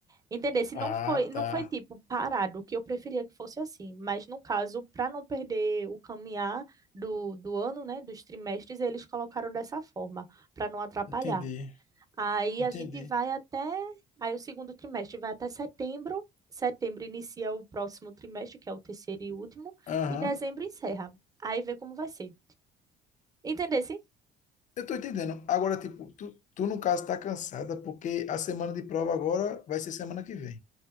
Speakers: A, on the right (about 20°); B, on the left (about 50°).
A: Entender? Se
B: Ah,
A: não foi, não
B: tá.
A: foi tipo parado, que eu preferia que fosse assim, mas no caso, para não perder o caminhar do, do ano, né, dos trimestres, eles colocaram dessa forma, para não atrapalhar.
B: Entendi,
A: Aí
B: entendi.
A: a gente vai até, aí o segundo trimestre vai até setembro. Setembro inicia o próximo trimestre, que é o terceiro e último,
B: Aham.
A: e dezembro encerra. Aí vê como vai ser. Entendesse?
B: Eu tô entendendo. Agora, tipo, tu, tu no caso tá cansada porque a semana de prova agora vai ser semana que vem,